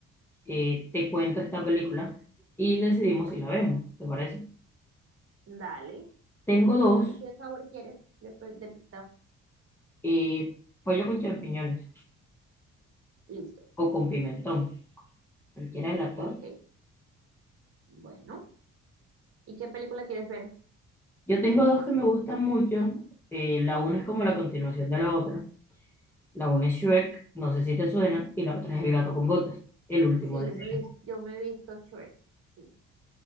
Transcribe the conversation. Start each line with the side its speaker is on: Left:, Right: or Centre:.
Centre: eh, te cuento esta película y decidimos si la vemos, ¿te parece?
Right: Dale.
Centre: Tengo dos,
Right: ¿Y qué sabor quieres de, pe- de pizza?
Centre: eh, pollo con champiñones
Right: Listo.
Centre: o con pimentón, cualquiera de las dos.
Right: Ok. Bueno, ¿y qué película quieres ver?
Centre: Yo tengo dos que me gustan mucho. eh, la una es como la continuación de la otra. La una es Shrek, no sé si te suena, y la otra es El gato con botas, el último
Right: Sí,
Centre: de
Right: yo
Centre: Shrek.
Right: me, he vis- yo me he visto Church, sí.